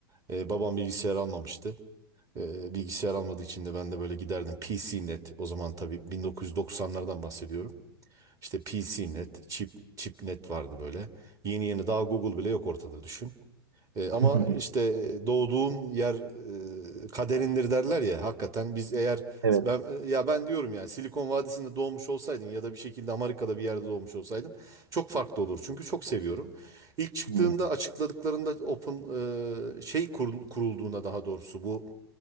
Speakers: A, on the right; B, on the right.
A: E, babam bilgisayar almamıştı. E, bilgisayar almadığı için de ben de böyle giderdim PCnet o zaman tabii 1990'lardan bahsediyorum. İşte P C net, Chip, ChipNet vardı böyle. Yeni yeni daha Google bile yok ortada düşün. E, ama
B: <laughs>
A: işte doğduğun yer e, kaderindir derler ya. Hakikaten biz eğer
B: Evet.
A: ben e, ya ben diyorum ya Silikon Vadisi'nde doğmuş olsaydım ya da bir şekilde Amerika'da bir yerde doğmuş olsaydım çok farklı olur. Çünkü çok seviyorum. İlk çıktığında
B: Hmm.
A: açıkladıklarında Open e, şey kurul- kurulduğunda daha doğrusu bu